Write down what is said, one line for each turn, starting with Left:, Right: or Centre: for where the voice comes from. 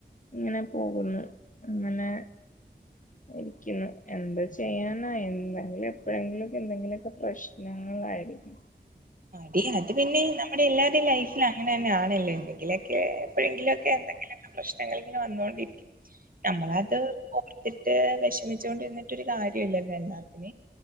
Left: ഇങ്ങനെ പോകുന്നു അങ്ങനെ ഇരിക്കുന്നു എന്താ ചെയ്യാനാ എന്തെങ്കിലും എപ്പോഴെങ്കിലും ഒക്കെ എന്തെങ്കിലൊക്കെ പ്രശ്നങ്ങളാ ആയിരിക്കും.
Right: ദേയ് അത് പിന്നെ നമ്മുടെ എല്ലാരുടെയും ലൈഫിൽ അങ്ങനതന്നെ ആണല്ലോ എന്തെങ്കില് ക്കെ എപ്പോഴെങ്കിലും ഒക്കെ എന്തെങ്കിലൊക്ക പ്രശ്നങ്ങൾ ഇങ്ങനെ വന്നോണ്ടിരിക്കും. നമ്മളത് ഓർത്തിട്ട് വെഷമിച്ചോണ്ടിരുന്നിട്ടൊരു കാര്യല്ലല്ലോ എല്ലാത്തിന്